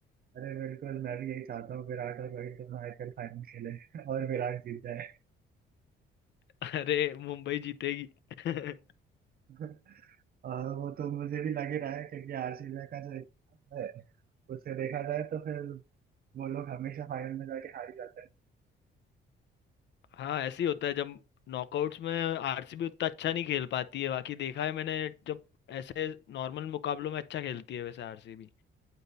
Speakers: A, on the right (about 50°); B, on the left (about 65°).
A: अरे बिल्कुल मैं भी यही चाहता हूँ विराट और रोहित दोनों आईपीएल फाइनल खेले <laughs> और विराट जीत जाए
B: <laughs> अरे मुंबई जीतेगी <laughs>
A: <laughs> और वो तो मुझे भी लग ही रहा है क्योंकि आरसीबी का जो इतिहास है उसे देखा जाए तो फिर वो लोग हमेशा फाइनल में जाके हार ही जाते हैं
B: हाँ ऐसे ही होता है जब नॉकआउट्स में आरसीबी उतना अच्छा नहीं खेल पाती है बाकी देखा है मैंने जब ऐसे नॉर्मल मुकाबलों में अच्छा खेलती है वैसे आरसीबी